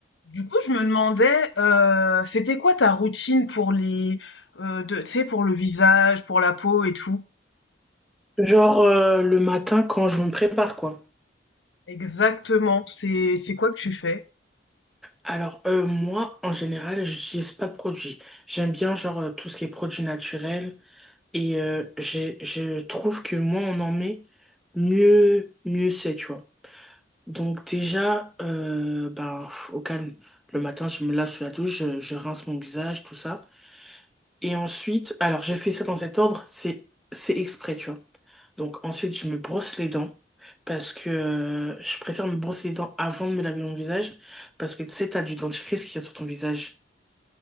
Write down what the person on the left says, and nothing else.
Du coup, je me demandais, euh, c'était quoi ta routine pour les, euh, de- tu sais, pour le visage, pour la peau et tout?
Exactement, c'est c'est quoi que tu fais?